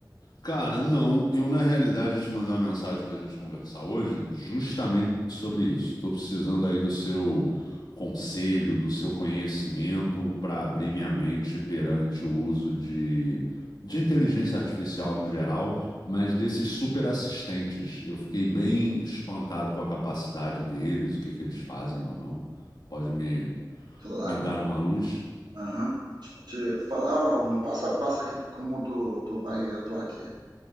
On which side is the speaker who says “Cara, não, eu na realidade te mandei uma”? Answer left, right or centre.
Left